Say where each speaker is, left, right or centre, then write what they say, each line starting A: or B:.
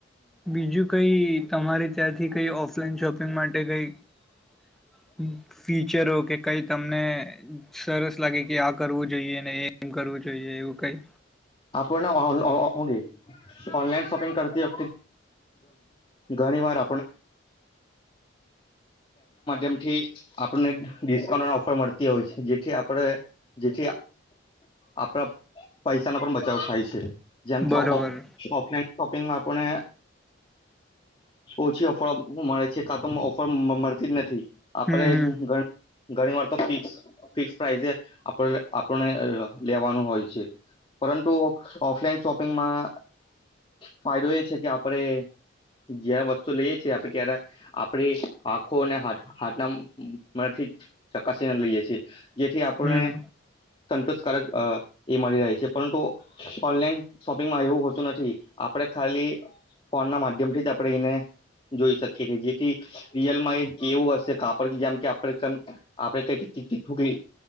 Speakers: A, in the centre; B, on the left.
A: બીજું કઈ? તમારે ત્યાંથી કંઈ ઓફલાઈન શોપિંગ માટે કંઈ ફીચરો કે કંઈ તમને? સરસ લાગે કે આ કરવું જોઈએ ને એ એમ કરવું જોઈએ એવું કઈ
B: આપણ ઓગ ઓનલાઈન શોપિંગ કરતી ઘણી વાર એથી આપિઉન્ટ ઓફર મળતી હોય છે જેથી આપ જેથી આપણા પસા બચાવ થાય છે જેમ કેફલાઈન
A: બરોબર
B: શોપિંગમાં આપને ઓછી ઓફર મળે છે કાં તો ઓફર મળતી જ નથી આપડેણ
A: હમ હમ
B: ઘણી વાર તો ફિક્સ ફિક્સ પ્રાઈસે આપ આપણને લેવાનું હોય છે પરંતુ ઓફલાઈન શોપિંગમાં ફાયદો એ છે કે આપણે જ્યા વસ્તુ લઈએ છીએ આપણે ત્યારે આપણે આખો અને હાથના મથી ચકાસીને લઈએ છી જેથી આપણે
A: હમ
B: સંતોષકારક એ મળી રહે છે પરંતુ ઓનલાઈન શોપિંગમાં એવું હોતું નથી આપણે ખાલી ફોન ના માધ્ય જેમ થી જ આપણે એને જોઈ શકીએ જેથી રયલમાં એવું હશે કાપડ જેમ કે આપ આપે કઈ